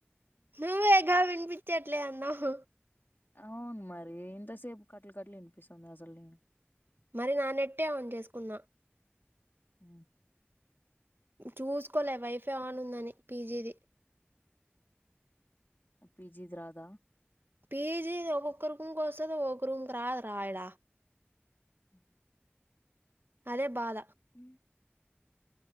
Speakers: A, on the right; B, on the left.
A: ను వేగా విని పిచ్చట్లే అన్నావ్
B: అవును మరి ఇంతసేపు కట్టలు కట్లు వినిపిస్తుంది అసలుని
A: మరి నానెట్టే ఆన్ చేసుకున్నా
B: ఆ
A: చూసుకోలే వైఫై ఆన్ ఉందని పీజీది
B: పిజీది రాదా
A: పీజీ ఒక్కొక్క రూమ్కి వస్తుంది ఒక్క రూమ్కి రాదు రా ఈడా
B: హ
A: అదే బాధ
B: అ